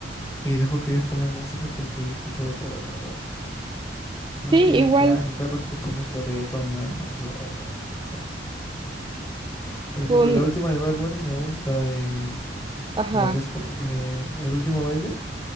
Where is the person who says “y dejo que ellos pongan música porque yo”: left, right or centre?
Left